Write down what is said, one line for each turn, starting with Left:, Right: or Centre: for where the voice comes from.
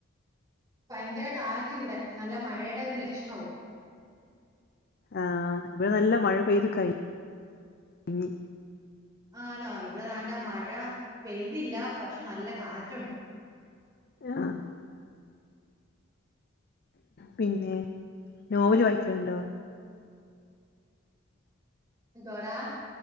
Right: ഭയങ്കര കാറ്റ് ഇവിടെ നല്ല മഴയുടെ ഒരു ലക്ഷണവും
Left: ആഹ് ഇവടെ നല്ല മഴ പെയ്ത് കഴി ഞ്ഞ്
Right: ആണോ ഇവിടെ താണ്ട മഴ പെയ്തില്ല പക്ഷെ നല്ല കാറ്റുണ്ട്
Left: ആഹ പിന്നെ നോവല് വായിക്കൽണ്ടോ
Right: ന്ധോടാ